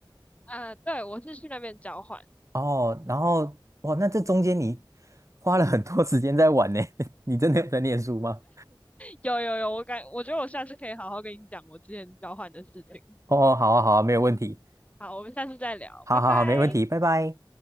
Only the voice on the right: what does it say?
哦，然后哇，那这中间你花了很多时间在玩呢，<laughs> 你真的有在念书吗？
哦，好啊，好啊，没有问题，
好好好，
没问题，拜拜。